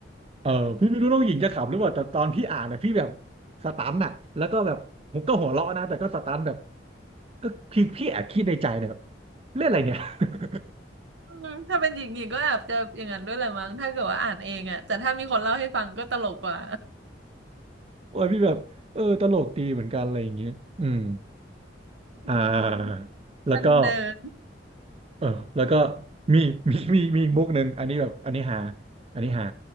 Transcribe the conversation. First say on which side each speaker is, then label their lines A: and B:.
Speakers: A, on the right; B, on the right.
A: <laughs> เออพี่ไม่รู้น้องหญิงจะขำหรือเปล่าแต่ตอนพี่อ่านนะพี่แบบสตันอะแล้วก็แบบผมก็หัวเราะนะแต่ก็สตันแบบก็คือพี่แอบคิดในใจนะแบบเล่นอะไรเนี่ย <laughs>
B: อืมถ้าเป็นหญิงหญิงก็แอบจะอย่างนั้นด้วยแหละมั้งถ้าเกิดว่าอ่านเองอ่ะแต่ถ้ามีคนเล่าให้ฟังก็ตลกกว่า
A: โอ้ยพี่แบบเออตลกดีเหมือนกันอะไรอย่างเงี้ยอืม
B: อืม
A: อ่าแล้วก็
B: ทางเดิน
A: เออแล้วก็มี <laughs> มีมีมีอีกมุกหนึ่งอันนี้แบบอันนี้หาอันนี้หา